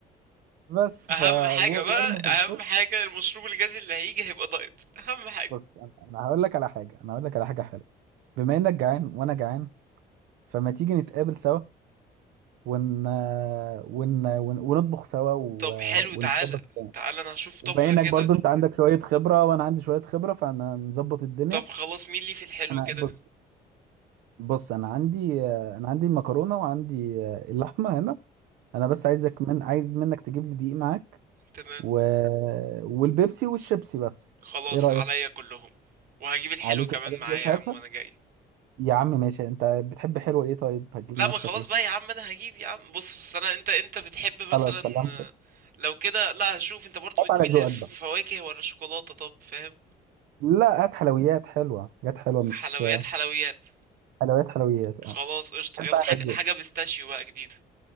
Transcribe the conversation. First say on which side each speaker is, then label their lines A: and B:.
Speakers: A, on the right; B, on the right.
A: بس
B: اهم
A: ف
B: حاجة
A: و-
B: بقى
A: وارمي في
B: اهم
A: الفرن
B: حاجة المشروب الغازي اللي هيجي هيبقى دايت اهم حاجة
A: بص انا أنا هقول لك على حاجة انا هقول لك على حاجة حلوة بما انك جعان وانا جعان فما تيجي نتقابل سوا ون... ون... ون... ونطبخ سوا و...
B: طب حلو تعالى
A: ونظبط الدنيا.
B: تعالى انا هشوف طبخة
A: وبما انك
B: كده
A: برضو انت عندك شوية خبرة وانا عندي شوية خبرة فهنظبط الدنيا
B: طب خلاص مين لي في الحلو
A: انا
B: كده
A: بص بص انا عندي انا عندي المكرونة وعندي آه، اللحمة هنا انا بس عايزك من عايز منك تجيب لي دقيق معاك
B: تمام
A: و... والبيبسي والشيبسي بس
B: خلاص
A: ايه رأيك
B: عليا كلهم وهجيب الحلو
A: عليك
B: كمان
A: الحاجات
B: معايا
A: دي
B: يا
A: هاتها
B: عم وانا جاي
A: يا عم ماشي انت بتحب حلوة ايه طيب هتجيب
B: لا
A: لنفسك
B: ما خلاص
A: ايه
B: بقى يا عم انا هجيب يا عم بص بس انا انت انت بتحب مثلا
A: خلاص خلينا نفكر.
B: آه، لو كده لا هشوف انت برضو
A: هات
B: بتميل
A: على ذوقك
B: للفواكه
A: بقى
B: ولا شوكولاتة طب فاهم
A: لا هات حلويات حلوة حاجات حلوة مش
B: حلويات حلويات
A: حلويات حلويات اه
B: خلاص قشطة
A: هات
B: يلا
A: بقى
B: حاجة
A: على ذوقك
B: حاجة بيستاشيو بقى جديدة